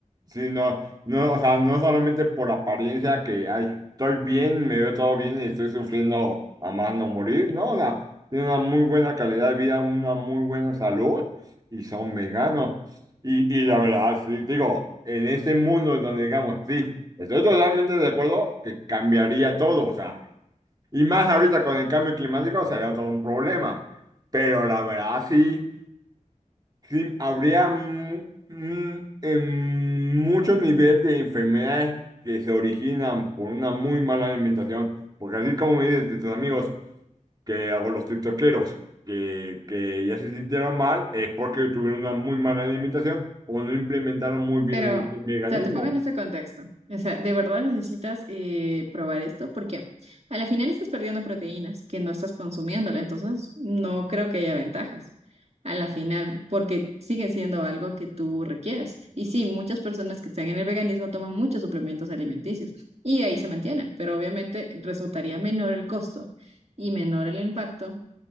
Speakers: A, on the right; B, on the right.
A: sí, no, no, o sea, no solamente por apariencia que, ay, estoy bien, me veo todo bien y estoy sufriendo a más no morir, ¿no? O sea, tienen una muy buena calidad de vida, una muy buena salud y son veganos. Y, y la verdad, sí, digo, en este mundo donde digamos, sí, estoy totalmente de acuerdo que cambiaría todo, o sea, y más ahorita con el cambio climático sería todo un problema, pero la verdad, sí. Sí, habría mu- mm, em, mucho nivel de enfermedades que se originan por una muy mala alimentación, porque así como me dices de tus amigos que o los tiktokeros que, que ya se sintieron mal, es porque tuvieron una muy mala alimentación o no implementaron muy bien
B: Pero,
A: el, el veganismo.
B: o sea, te pongo en este contexto. O sea, de verdad necesitas eh, probar esto porque a la final estás perdiendo proteínas que no estás consumiéndola, entonces no creo que haya ventajas a la final porque sigue siendo algo que tú requieres. Y sí, muchas personas que están en el veganismo toman muchos suplementos alimenticios y ahí se mantienen, pero obviamente resultaría menor el costo y menor el impacto